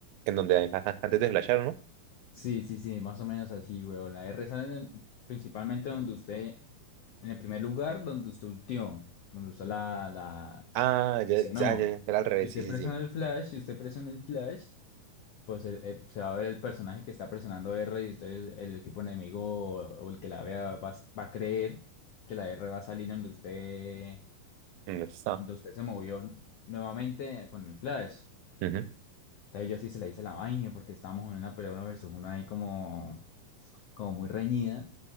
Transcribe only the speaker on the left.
sí, sí, sí, más o menos así, weón. La R sale en- principalmente donde usted, en el primer lugar, donde usted ultió, donde usted la, la,
Sí.
no.
Y usted
presiona
el flash, y usted presiona el flash. pues el- eh, se va a ver el personaje que está presionando R y entonces el equipo enemigo o, o el que la vea va, a va a creer que la R va a salir donde usted,
donde usted se movió nuevamente con el flash.
Entonces yo así se la hice la vaina porque estábamos en una pelea uno versus uno ahí como, como muy reñida.